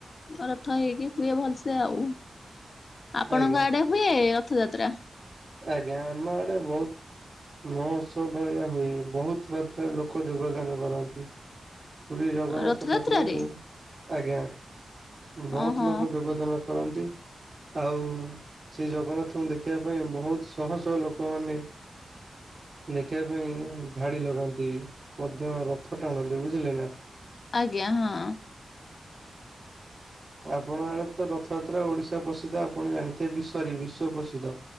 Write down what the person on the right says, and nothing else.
ଆଜ୍ଞା
ଆଜ୍ଞା ଆମ ଆଡେ ବହୁତ୍ ନଅସ ଭଳିଆ ହୁଏ ବହୁତ ମାତ୍ରାରେ ଲୋକ ଯୋଗଦାନ କରନ୍ତି। ପୁରୀ ଜଗନ୍ନାଥ
ଠାକୁରଙ୍କୁ ଆଜ୍ଞା ବହୁତ
ଲୋକ ଯୋଗଦାନ କରନ୍ତି ଆଉ ସେ ଜଗନ୍ନାଥଙ୍କୁ ଦେଖିବା ପାଇଁ ବହୁତ ଶହ ଶହ ଲୋକମାନେ ଦେଖିବା ପାଇଁ ଧାଡି ଲଗାନ୍ତି ମଧ୍ୟ ରଥ ଟାଣନ୍ତି ବୁଝିଲେ ନା?
ଆପଣ ଆଡେ ତ ରଥଯାତ୍ରା ଓଡିଶା ପ୍ରସିଦ୍ଧ ଆପଣ ଜାଣିଥିବେ ବି ଶରୀ ବିଶ୍ୱ ପ୍ରସିଦ୍ଧ।